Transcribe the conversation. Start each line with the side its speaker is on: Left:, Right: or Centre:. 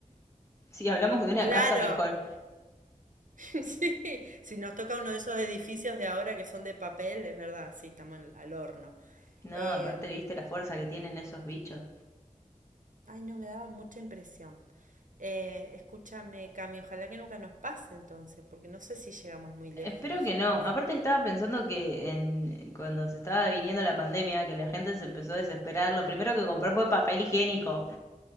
Left: Si hablamos de una
Right: Claro,
Left: casa, mejor.
Right: <laughs> Sí, si nos toca uno de esos edificios de ahora que son de papel, es verdad, sí, estamos al al horno.
Left: No,
Right: Eh,
Left: aparte, viste la fuerza que tienen esos bichos.
Right: ay, no, me daba mucha impresión. Eh, escúchame, Cami, ojalá que nunca nos pase entonces, porque no sé si llegamos muy lejos
Left: Espero
Right: nosotras.
Left: que no. Aparte estaba pensando que en, cuando se estaba viniendo la pandemia, que la gente se empezó a desesperar, lo primero que compró fue papel higiénico.